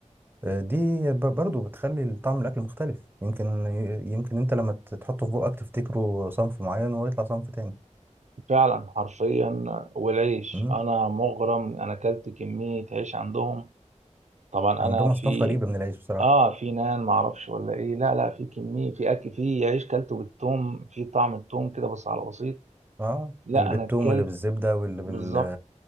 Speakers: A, on the right; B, on the right.
A: آه، دي ب- برضو بتخلي طعم الأكل مختلف يمكن يمكن أنت لما ت- تحطه في بقك تفتكره صنف معين ويطلع صنف تاني
B: فعلا حرفيا والعيش
A: مم.
B: انا مغرم انا اكلت كميه عيش عندهم طبعا
A: عندهم
B: انا في
A: أصناف غريبة من العيش بصراحة
B: اه في نان ما اعرفش ولا ايه لا لا في كميه في اكل في عيش كلته بالثوم في طعم الثوم كده بس على بسيط
A: اه
B: لا
A: اللي بالثوم
B: انا اكلت
A: واللي بالزبدة واللي بال...
B: بالظبط